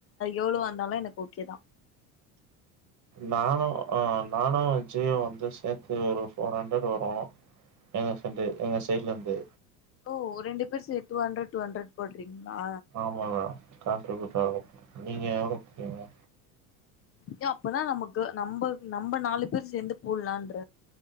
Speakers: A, on the left; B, on the right.
A: எவ்ளோ வந்தாலு எனக்கு ஓகே தா
B: நானு ஆ நானு விஜய்யு வந்து சேத்து ஒரு ஃபோர் ஹண்ட்ரட் வரு எங்க ஃப்ரண்ட்டு எங்க சைட்லருந்து
A: ஓ ரெண்டு பேர் say two hundred two hundred போட்றீங்களா
B: ஆமா <unintelligible> காண்ட்ரிபூட் ஆ நீங்க எவ்ளோ போடுவீங்க
A: ஏ அப்பதா நமக்கு நம்ப நம்ம நாலு பேர் சேந்து போட்லான்ற